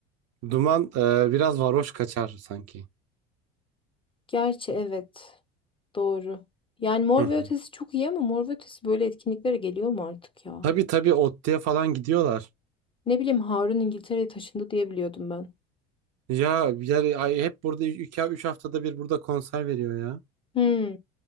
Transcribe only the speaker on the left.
Gerçi evet. Doğru. Yani Mor
ve Ötesi çok iyi ama Mor ve Ötesi böyle etkinliklere geliyor mu artık ya?
Ne bileyim Harun İngiltere'ye taşındı diye biliyordum ben.
Hmm.